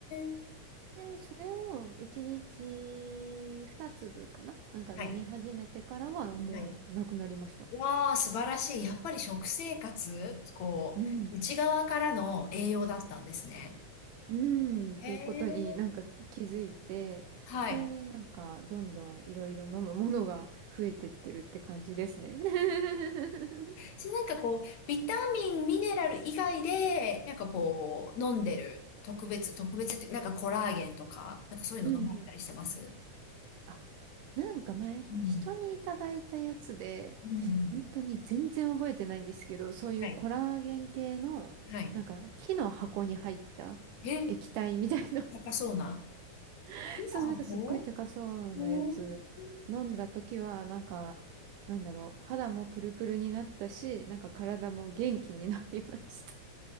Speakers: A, on the left (about 65°); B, on the right (about 80°).
A: え。
B: で、それを一日二粒かななんか飲み始めてからはもうなくなりました。
A: はい。はい。わあ、素晴らしい。やっぱり食生活、こう、
B: うん。
A: 内側からの栄養だったんですね。
B: うん、うんっていうことになんか気づいて、
A: へえ。はい。
B: で、なんかどんどんいろいろ飲むものが増えてってるって感じですね。<laughs>
A: 私なんかこう、ビタミン、ミネラル以外で、なんかこう、
B: うん
A: 飲んでる特別、特別って、なんかコラーゲンとか、なんかそういうの飲まれたりしてます
B: うんうん。あ、なんか前、
A: うん。
B: 人にいただいたやつで、
A: うんうん。
B: 本当に全然覚えてないんですけど、そういうコラーゲン系の、
A: はい。はい。
B: なんか木の箱に入った液体みたいな
A: え、高そうな。
B: <laughs>
A: お
B: そう、なんかすっごい高そうなやつ飲んだ時は、
A: おー
B: なんか、なんだろう、肌もプルプルになったし、なんか体も元気になりました。